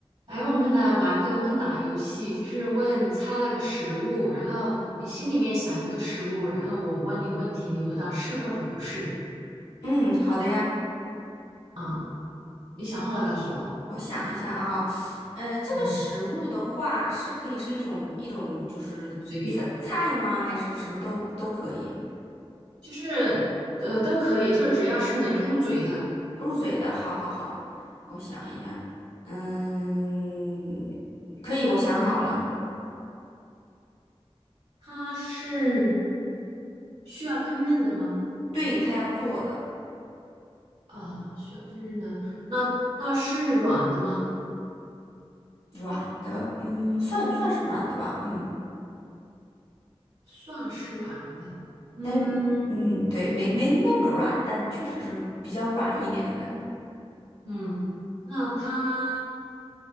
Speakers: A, on the right; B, on the left.
A: 哎，我们来玩个问答游戏，就是问猜那个食物，然后你心里面想一个食物，然后我问你问题，你回答是或者不是
B: 嗯，好的呀，
A: 啊。你想好了告诉我，
B: 我想一下啊，呃，这个食物的话是可以是一种一种就是菜菜吗？
A: 嗯，随便，
B: 还是什么都都可以
A: 就是呃都可以，就是只要是能入嘴的。
B: 入嘴的？好好好，我想一下，嗯，可以，我想好了，
A: 它是需要烹饪的吗？
B: 对，他要做的
A: 啊，需要烹饪的。那它是软的吗？
B: 软的，嗯，算算是软的吧，嗯，
A: 算是软的。嗯
B: 但是嗯，对，没没那么软，但确实是比较软一点的，
A: 嗯，那它